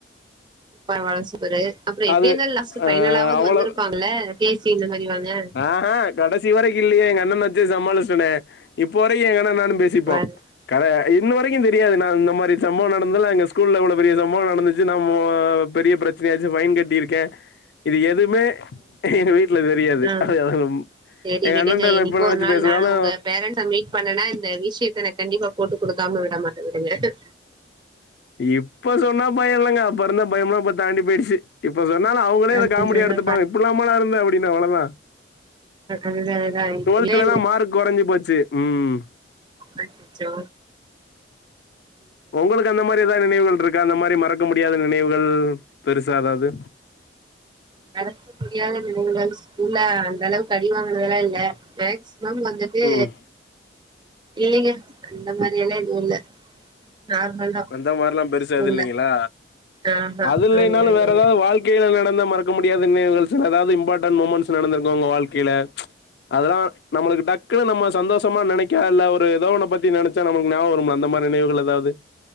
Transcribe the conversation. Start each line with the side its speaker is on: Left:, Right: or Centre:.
Right: பரவால்ல சூப்பரு அப்பற எப்படி
Left: அது
Right: இருந்தாலு லாஸ்ட்
Left: ஆ
Right: பைனலாவது
Left: அவ்ளோ
Right: வந்திருப்பாங்கள பேசி இந்த மாரி வாங்க
Left: ஆஹ கடைசி வரைக்கு இல்லையே எங்க அண்ணண்ண வெச்சே சமாளிச்சுட்டேனே இப்போ வரைக்கு எங்க அண்ணணு நானு பே
Right: வாங்க
Left: சிப்போ கத இன்னு வரைக்கு தெரியாது நா இந்த மாரி சம்பவம் நடந்ததலா எங்க ஸ்கூல்ல இவ்ளவு பெரிய சம்பவம் நடந்துச்சு நம்மோ பெரிய பிரச் யாச்சு பைன் கட்டியிருக்கே இது எதுவுமே எங்க வீட்டுல தெரியாது
Right: ஆ
Left: அது அதுலும்
Right: சேரி
Left: எங்க
Right: விடுங்க
Left: அண்ணண்ட
Right: என்னைக்கோ
Left: எப்ப நெனைச்சு
Right: ஒரு நாள்
Left: பேசினாலு
Right: நான் உங்க பேரண்ட்ஸ மீட் பண்ணனா இந்த விஷயத்த நா கண்டிப்பா போட்டு குடுக்காம விட மாட்டே விடுங்க
Left: இப்ப சொன்னா பய இல்லங்க அப்ப இருந்த பயம்ல்லா இப்ப தாண்டி போயிடுச்சு இப்ப சொன்னால அவங்களே அத
Right: அதுதான
Left: காமெடி எடுத்துப்பாங்க இப்படிலாமல்லா இருந்தே அப்படின்னா அவ்வளவுதா
Right: அதுதா அதுதா இதுலயே
Left: டுவெல்துல எல்லா மார்க் கொறஞ்சு போச்சு ம்
Right: அ ச்சோ
Left: உங்களுக்கு அந்த மாரி எதா நினைவுகள் இருக்கா அந்த மாரி மறக்க முடியாத நினைவுகள் பெருசா எதாவது
Right: மறக்க முடியாத நினைவுகள் ஸ்கூல்ல அந்த அளவுக்கு அடிவாங்கனதெல்லா இல்ல மேக்சிமம் வந்து து
Left: ம்
Right: இல்லிங்க அந்த மாதிரி எல்லா எதுவு இல்ல நார்மல் தா
Left: அந்த மார்லா பெருசா
Right: ஸ்கூல்ல
Left: எது இல்லைங்களா
Right: ஆஹா
Left: அது இல்லைனாலு
Right: இல்ல இல்ல
Left: வேற
Right: இல்ல
Left: எதாவது வாழ் கையில நடந்த மறக்க முடியாத நினைவுகள் சில ஏதாவது இம்பாட்டன் மூமெண்ட்ஸ் நடந்துருக்கு உங்க வாழ்க்கைல அதெல்லா நம்முளுக்கு டக்குன்னு நம்ம சந்தோஷமா நெனைக்கா இல்ல ஒரு ஏதோ ஒன்ன பத்தி நெனச் சா நமக்கு ஞாபக வரும்ல அந்த மாரி நினைவுகள் ஏதாவது